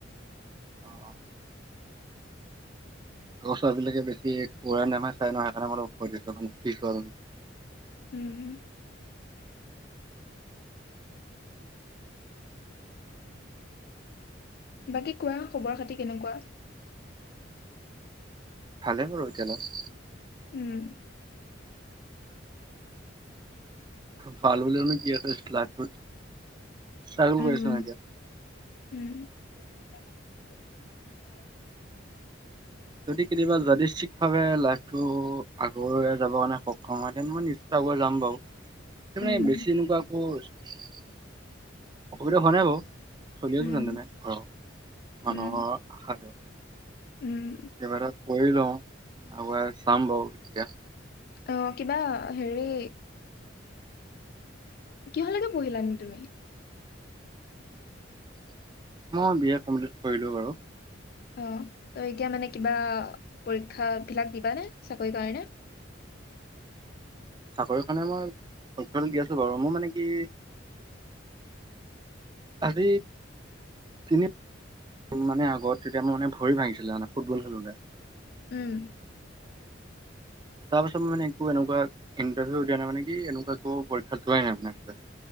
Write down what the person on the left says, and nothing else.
উম হম বাকী কোৱা খবৰ খাতি কেনেকুৱা?
উম
উম,
উম, <inaudible>
উম,
উম,
উম,
উম
অ কিবা হেৰি। কিহলৈকে পঢ়িলানো তুমি।
অ ত এতিয়া মানে কিবা পৰীক্ষা বিলাক দিবা নে চাকৰি কাৰনে।
উম',